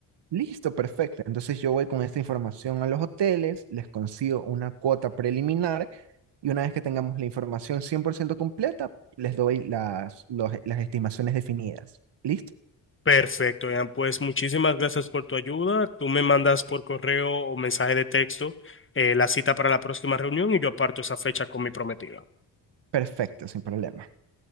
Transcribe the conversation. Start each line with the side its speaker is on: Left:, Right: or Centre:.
Right: Listo, perfecto. Entonces yo voy con esta información a los hoteles, les consigo una cuota preliminar y una vez que tengamos la información 100% completa, les doy las, los- las estimaciones definidas. ¿Listo?
Left: Perfecto, Ian. Pues muchísimas gracias por tu ayuda. Tú me mandas por correo o mensaje de texto eh, la cita para la próxima reunión y yo aparto esa fecha con mi prometida.
Right: Perfecto, sin problema.